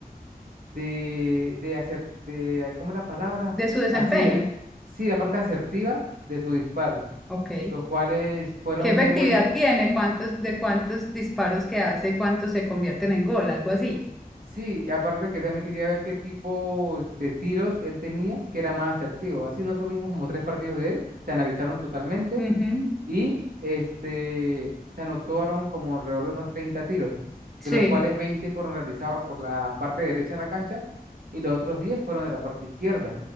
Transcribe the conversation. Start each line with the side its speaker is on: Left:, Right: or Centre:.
Right: de, de hacer, de, ¿cómo es la palabra?
Centre: de su desempeño.
Right: Así, sí, la parte asertiva de sus disparos.
Centre: Ok.
Right: los cuales fueron
Centre: ¿Qué efectividad
Right: muy buenos.
Centre: tiene? ¿Cuántos de cuántos disparos que hace? ¿Cuántos se convierten en gol? Algo así.
Right: Sí, y aparte que también quería ver qué tipo de tiros él tenía, que era más asertivo. Así nosotros vimos como tres partidos de él, se analizaron totalmente
Centre: Ujú,
Right: y este, se anotaron como alrededor de unos 30 tiros,
Centre: Sí,
Right: de los cuales 20 fueron realizados por la parte derecha de la cancha y los otros 10 fueron de la parte izquierda.